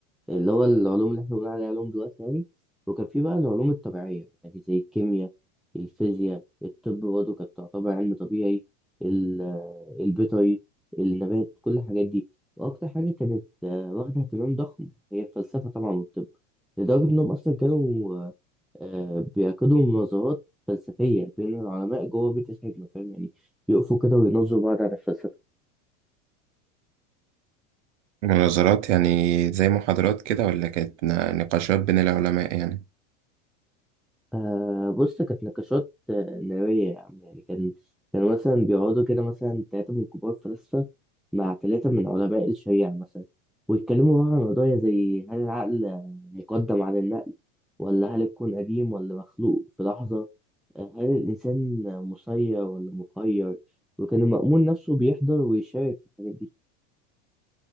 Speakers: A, in the centre; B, on the right.
A: اللي هو العلوم اللي احنا بنقول عليها علوم دلوقتي يعني وكان في بقى العلوم الطبيعية يعني زي الكيمياء الفيزياء الطب برضه كانت تعتبر علم طبيعي ال- آه، البيطري النبات كل الحاجات دي وأكتر حاجة كانت آه، واخدة اهتمام ضخم هي الفلسفة طبعا والطب لدرجة إنهم أصلا كانوا آه، آه، بيعقدوا مناظرات فلسفية بين العلماء جوه بيت الحكمة فاهم يعني يقفوا كده ويناظروا بعض على الفلسفة
B: مناظرات يعني زي محاضرات كده ولا كانت نا- نقاشات بين العلماء يعني
A: آه بص كانت نقاشات آه، نارية يا عم يعني كان كان مثلا بيقعدوا كده مثلا تلاتة من كبار فلاسفة مع تلاتة من علماء الشريعة مثلا ويتكلموا بقى عن قضايا زي هل العقل مقدم على النقل ولا هل الكون قديم ولا مخلوق في لحظة آه، هل الإنسان مسير ولا مخير وكان المأمون نفسه بيحضر ويشارك في الحاجات دي